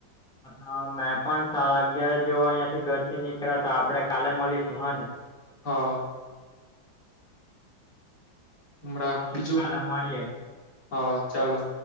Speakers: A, in the centre; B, on the left (about 55°).
A: હ મેં પણ સાડા અગિયાર જો અહિયાં થી ઘર થી નીકળ્યા તો આપડે કાલે મળીશું હા ને.
B: હા. હમરા
A: ચાલો
B: બીજું
A: તો કાલે મળીએ
B: હા ચાલો.